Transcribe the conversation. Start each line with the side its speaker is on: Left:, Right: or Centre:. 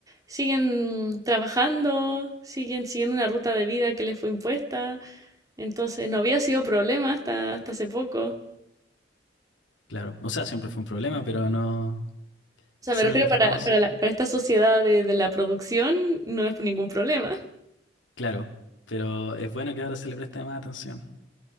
Right: siguen trabajando, siguen siguiendo una ruta de vida que les fue impuesta, entonces no había sido problema hasta, hasta hace poco.
Left: Claro, o sea, siempre fue un problema, pero no,
Right: O sea,
Left: quizá
Right: me refiero
Left: no le prestamos,
Right: para, para, la- para esta sociedad de, de la producción, no es ningún problema.
Left: claro, pero es bueno que ahora se le preste más atención.